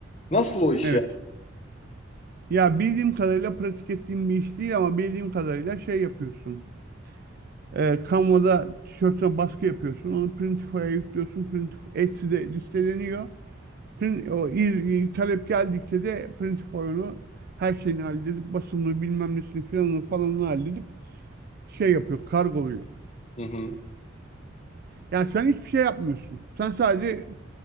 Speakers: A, on the left; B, on the right.
A: Nasıl o iş
B: evet.
A: ya?
B: Ya bildiğim kadarıyla pratik ettiğim bir iş değil ama bildiğim kadarıyla şey yapıyorsun. E, Canva'da tişörtüne baskı yapıyorsun. Onu Printify'a yüklüyorsun. Printif Etsy'de listeleniyor. Print, o, il- talep geldikçe de Printify onu her şeyini halledip basımını bilmem nesini filanını falanını halledip şey yapıyor. Kargoluyor.
A: Hı hı.
B: Yani sen hiçbir şey yapmıyorsun. Sen sadece